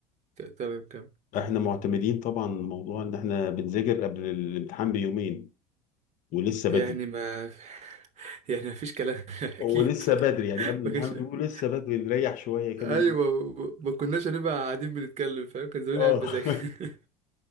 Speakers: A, on the right; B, on the left.
A: ت- تمام كام
B: احنا معتمدين طبعا موضوع ان احنا بنذاكر قبل الامتحان بيومين ولسه
A: يعني
B: بدري
A: ما <laughs> يعني مفيش كلام <laughs> اكيد
B: ولسه بدري يعني قبل الامتحان
A: ما كانش
B: بيومين
A: <laughs>
B: ولسه بدري نريح شويه
A: ايوه
B: كده
A: ما ما كناش هنبقى قاعدين بنتكلم فاهم كان زماني
B: اه
A: قاعد بذاكر
B: <laughs>